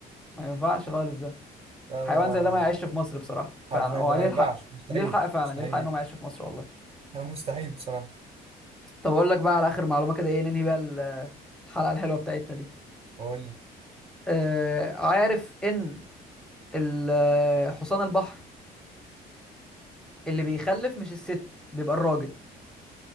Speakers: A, in the centre; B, on the right (about 35°).
A: ما ينفعش خالص ده
B: ده
A: حيوان
B: ما
A: زي ده ما يعيش في مصر بصراحه
B: حرفيا
A: فعلا هو
B: ده ما
A: ليه
B: ينفعش
A: الحق
B: مستحيل
A: ليه الحق فعلا
B: مستحيل
A: ليه الحق ان هو ما يعيش في مصر والله
B: <laughs> مستحيل بصراحه
A: طب اقول لك بقى على اخر معلومه كده ايه ننهي بيها ال- الحلقه الحلوه بتاعتنا دي
B: بقول لك
A: آه عارف ان ال- آه، حصان البحر اللي بيخلف مش الست بيبقى الراجل